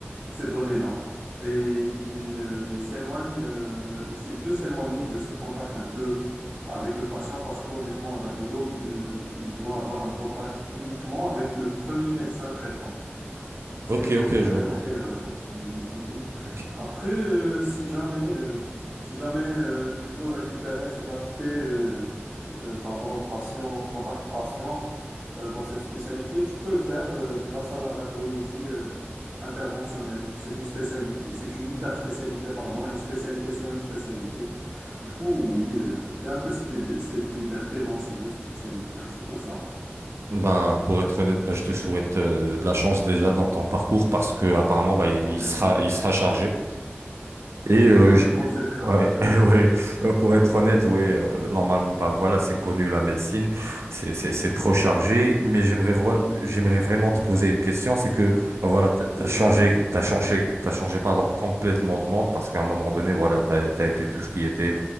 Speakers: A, on the right; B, on the right.
A: ces données-là. Et il, euh, il s'éloigne, euh, il se- peut s'éloigner de ce contact un peu avec le patient parce qu'honnêtement, un radiologue, il, il doit avoir un contact uniquement avec le premier médecin traitant. Parce
B: Ok,
A: qu'il ne
B: ok,
A: fait qu'interpréter
B: je vois.
A: les radios. Mhm, mhm.
B: Ok.
A: Après, euh, si jamais, euh, si jamais euh, tu veux récupérer cet aspect, euh, euh, pardon, patient, contact patient euh, dans cette spécialité, tu peux le faire euh, grâce à la radiologie euh, interventionnelle. C'est une spécialité, c'est une hyper spécialité, pardon, une spécialité sur une spécialité. Du coup, oui, euh, j'ai un peu cette, lib- cette liberté dans ces deux spécialités. C'est pour ça.
B: Ben, pour être honnête, ben, je te souhaite euh, de la chance déjà dans ton parcours parce que apparemment ben, il
A: Je te remercie.
B: sera, il sera chargé. Et euh,
A: Honnêtement,
B: j-
A: c'est le cas.
B: ouais,
A: <laughs>
B: <laughs> ouais. Ben, pour être honnête, ouais, euh, normalement, ben, voilà, c'est connu la médecine, c'est c'est-
A: Mhm.
B: c'est trop chargé. Mais j'aimerais voir, j'aimerais vraiment te poser une question, c'est que ben, voilà, t'as
A: Oui,
B: t'as changé,
A: bien sûr.
B: t'as changé, t'as changé pardon complètement de monde parce qu'à un moment donné, voilà, t'as, t'as été tout ce qui était,